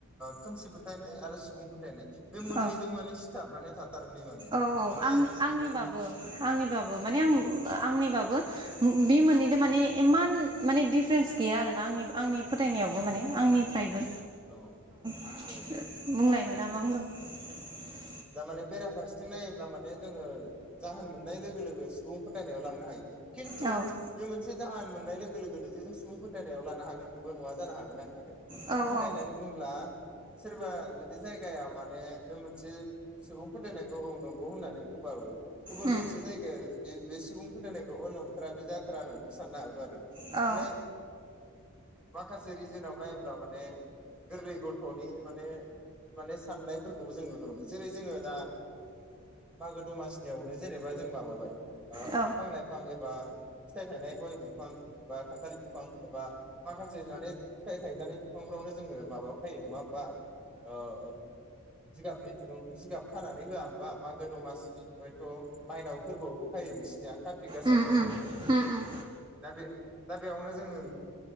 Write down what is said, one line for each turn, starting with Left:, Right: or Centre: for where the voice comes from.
Centre: खोमसि फोथायनाय आरो सुबुं फोथायनाय बे मोननैजों
Right: औ
Centre: माने सिथाबनानै थाथारोलै माने
Right: औ औ
Centre: माने
Right: आं आंनिबाबो
Centre: नों
Right: आंनिबाबो माने आं आंनिबाबो बे मोननैजों माने इमान माने दिफारेन्स गैया आरोना आंनि आंनिबा। फोथायनायावबो
Centre: उम
Right: माने आंनिफ्रायबो
Centre: औ।
Right: एह
Centre: औ
Right: बुंलाय नोंथांया मा बुंदोंमोन? <inaudible> <unintelligible>
Centre: दामाने बेराफारसेथिं नायोब्ला माने जोङो जाहोन मोननाय लोगो लोगो सुबुं फोथायनायाव लांनो हायो। खिन्थु
Right: औ
Centre: बे मोनसे जाहोन मोननाय लोगो लोगो लोगो जों सुबुं फोथायनायाव लानो हागोन बेबो नङा जानो हागोन आंनि थाखाय।
Right: औ
Centre: मानि
Right: औ
Centre: थाखाय होननानै बुंङोब्ला सोरबा जुदि जाय गाया माने बे मोनसे सुबुं फोथायनायखौ औ नंगौ होननानै बुंबाबो गुबुन
Right: उम
Centre: मोनसे जायगाया आरो जुदि बे सुबुं फोथायनायखौ ओ नंथारा बे जाथारा होननानैबो साननो हागौ आरो।
Right: औ
Centre: माने माखासे जोंनाव नायोब्ला माने गोरलै गथ'नि माने माने साननायफोरखौबो जों नुनो मोनो जेरै जोङो दा मागो दमासि नियावनो जेनेबा जों माबाबाय
Right: औ
Centre: बिफां-लाइफां एबा फिथाइ थाइनाय गय बिफां एबा खान्थाल बिफां एबा माखासे माने फिथाइ थायजानाय बिफांफोरावनो जोङो माबा फायो नङा होमबा? औ। जिगाबनि दिरुं जिगाब खानानै होआ होमबा मागो दमासि हयथ' माइनाव फोरबोआवबो खायो नोंसिनिया कारतिक गासाफ्रावबो
Right: उम उम उम उम
Centre: दा बे दा बेयावनो जोङो